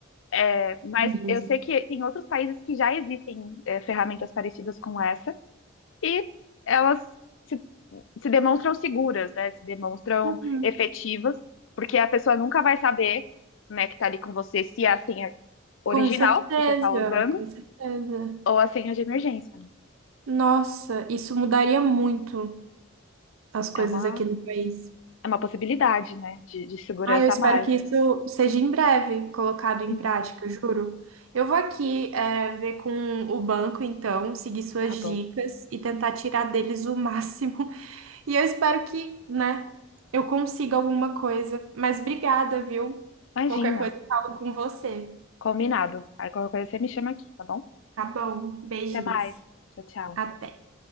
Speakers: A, on the left; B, on the right.
A: É, Mas
B: Mesmo.
A: eu sei que tem outros países que já existem eh, ferramentas parecidas com essa. e elas se, se demonstram seguras, né? Se demonstram
B: Uhum.
A: efetivas, porque a pessoa nunca vai saber, né, que tá ali com você se é a senha original
B: Com certeza,
A: que você tá usando
B: com certeza.
A: ou a senha de emergência, né?
B: Nossa, isso mudaria muito as coisas
A: É uma,
B: aqui no país.
A: é uma possibilidade, né, de, de segurança
B: Ah, eu espero
A: a mais.
B: que isso seja em breve colocado em
A: Sim,
B: prática, juro. Eu vou aqui, é, ver com o banco, então, seguir suas
A: tá bom.
B: dicas e tentar tirar deles o máximo. <laughs> E eu espero que, né, eu consiga alguma coisa. Mas obrigada, viu?
A: Imagina,
B: Qualquer coisa eu falo com você.
A: combinado. Aí qualquer coisa você me chama aqui, tá bom?
B: Tá bom, beijinhos.
A: Até mais. Tchau, tchau.
B: Até.